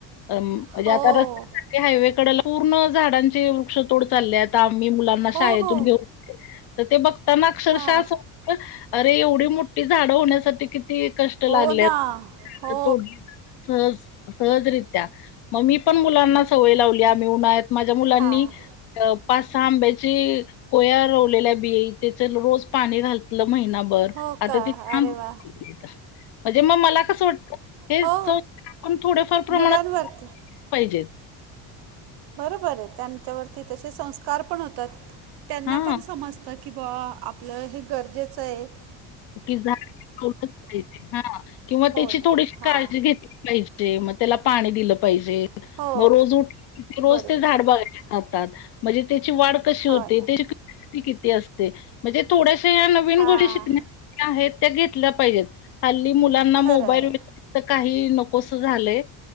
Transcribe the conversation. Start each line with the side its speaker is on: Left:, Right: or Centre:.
Left: म्हणजे
Right: हो
Left: आता ते हायवे कडला पूर्ण झाडांची वृक्ष तोड चालली आता आम्ही मुलांना
Right: हो
Left: शाळेतून
Right: हो
Left: घेऊन येते तर ते बघताना अक्षरशःअसा
Right: हां
Left: अरे एवढी मोठी झाडं होण्यासाठी कि किती कष्ट लागल्यात
Right: हो ना हो
Left: तोडली सहज सहजरीत्या मग मी पण मुलांना सवय लावली आम्ही उन्हाळ्यात माझ्या मुलांनी
Right: हां
Left: पाच सहा आंबे ची कोया रोवलेल्या बिया त्याचं रोज पाणी घातलं महिनाभर
Right: हो
Left: आता
Right: का
Left: ती थांब
Right: अरे वा
Left: म्हणजे मग मला कसं वाटतंय हेच
Right: हो
Left: थोडफार प्रमाणात
Right: मुलांवरती
Left: पाहिजेत
Right: बरोबर आहे त्यांच्यावरती तसे संस्कार पण होतात, त्यांना
Left: हां.
Right: पण समजतात. कि बावा आपलं हे गरजेचं हाय.
Left: कि झाडं तोडलीच नाही पाहिजे ना किंवा
Right: हो
Left: त्यांची
Right: ना
Left: थोडीशी
Right: हां
Left: काळजी घेतली पाहिजे ते मग त्याला पाणी दिलं पाहिजे
Right: हो
Left: मग रोज उठ रोज
Right: बरोबर
Left: ते झाड बघायला जातात म्हणजे त्यांची वाढ कशी
Right: हो
Left: होते
Right: ना
Left: ते उंची किती असते म्हणजे थोड्याशा या नवीन
Right: हा.
Left: गोष्टी शिकण्या <inaudible> आहेत त्या घेतल्या पाहिजेत हल्ली मुलांना मोबाईल
Right: खरंय.
Left: <inaudible> काहीही नकोसं झालंय